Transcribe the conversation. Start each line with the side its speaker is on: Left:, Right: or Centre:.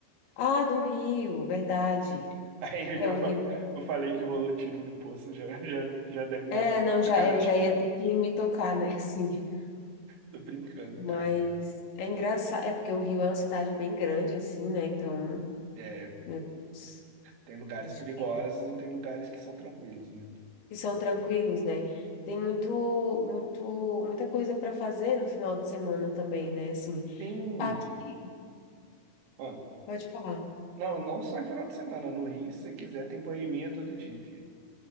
Left: Ah, do Rio, verdade.
Right: <laughs> Aí eu
Left: É
Right: já
Left: o
Right: falei,
Left: Rio.
Right: eu falei que rolou tiro no poço, já, já, já deve imaginar.
Left: É, não, já,
Right: Sacanagem.
Left: eu já ia ter que me tocar, né? <laughs> Assim.
Right: Tô brincando,
Left: Mas
Right: cara.
Left: é engraçado, é porque o Rio é uma cidade bem grande, assim, né? Então,
Right: É,
Left: meu Deus,
Right: Tem lugares
Left: acho
Right: perigosos
Left: que
Right: e tem lugares que são tranquilos, né?
Left: que são tranquilos, né? Tem muito, muito, muita coisa para fazer no final de semana também, né? Assim,
Right: Tem.
Left: aqui,
Right: ah,
Left: pode falar.
Right: não, não só em final de semana. No Rio, se você quiser, tem boemia todo dia, filho.